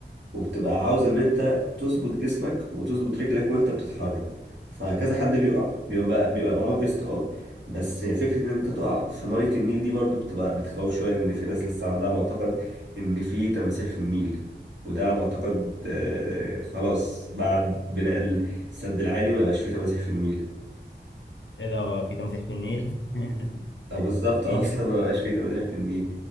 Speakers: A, on the right (about 75°); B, on the left (about 85°).
A: وبتبقى عاوز ان انت تظبط جسمك وتظبط رجلك وانت بتتحرك فكذا حد بيقع بيبقى بيبقى معاهم فيست اه بس فكرة ان انت تقع في مية النيل دي برضو بتبقى بتخوف شوية لان في ناس لسه عندها معتقد ان في تماسيح في النيل وده معتقد آه خلاص بعد بناء السد العالي ما بقاش فيه تماسيح في النيل
B: ايه ده في تمسيح في النيل <laughs>
A: او بالظبط
B: مفيش
A: آه، <laughs> اصلا
B: يعني.
A: ما بقاش فيه تماسيح في النيل